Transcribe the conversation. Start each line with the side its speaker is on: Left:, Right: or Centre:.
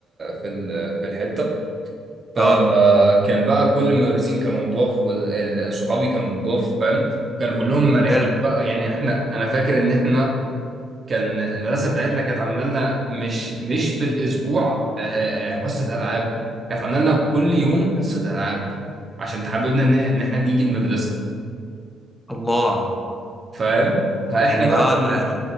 Right: في ال في الحتة فكان
Centre: اه
Right: بقى كل المدرسين كانوا نضاف وصحابي كانوا نضاف فاهم كانوا كلهم مرحين
Centre: حلو
Right: بقى يعني احنا انا فاكر ان احنا كان المدرسه بتاعتنا كانت عامله لنا مش مش في الاسبوع آه، آه، حصه العاب كانت عامله لنا كل يوم حصه العاب عشان تحببنا ان ان احنا نيجي المدرسه
Centre: الله
Right: فاهم فاحنا
Centre: يعني
Right: بقى
Centre: اه
Right: كنا
Centre: ده